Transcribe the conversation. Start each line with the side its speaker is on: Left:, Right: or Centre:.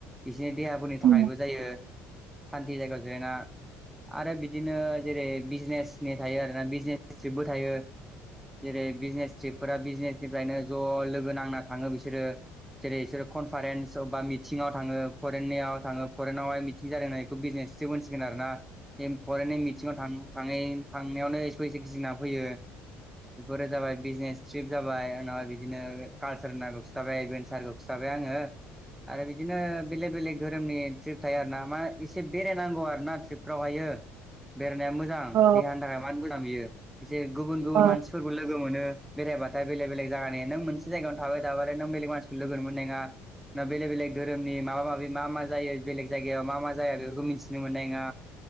Centre: बिसोरनि देहाफोरनि
Right: औ
Centre: थाखायबो जायो सान्थि जायगायाव जिरायना आरो बिदिनो जेरै बिजनेसनि थायो आरोना बिजनेस ट्रिपबो थायो जेरै बिजनेस ट्रिपफोरा बिजनेसनिफ्रायनो ज' लोगो नांना थाङो बिसोरो जेरै इसोरो कनफारेन्स अबा मिथिङाव थाङो फरेननियाव थाङो फरेनावहाय मिथिं जादों नो बिखौ बिजनेस ट्रिपहोनसिगोन आरोना <unintelligible> फरायनाय मिथिङाव थाङ थां थांनायावनो एसेख गिना फैयो बेफोरो जाबाय बिजनेस ट्रिप जाबाय उनावाय बिदिनो कालसार नांगखौ खिथाबाय एडभेन्सार हिसाबै आङो आरो बिदिनो बेलेग बेलेग धोरोमनि ट्रिप थायो आरोना मा एसे बेरायनांगौ आरोना ट्रिपफ्रावहायो बेरायनाया मोजां
Right: औ
Centre: देहानि थाखाय मानो मोजां बियो एसे गुबुन गुबुन
Right: औ
Centre: मानसि फोरबो लोगो मोनो बेरायबाथाय बेलेग बेलेग जायानि नों मोनसे जायगायाव थाबायाबाथाय नों बेलेग मानसिखौ लोगो मोननाय नङा ना बेलेग बेलेग धोरोमनि माबा माबि मा मा जायो बेलेग जायगायाव मा मा जाया बेफोरखौ मिन्थिनो मोननाय नङा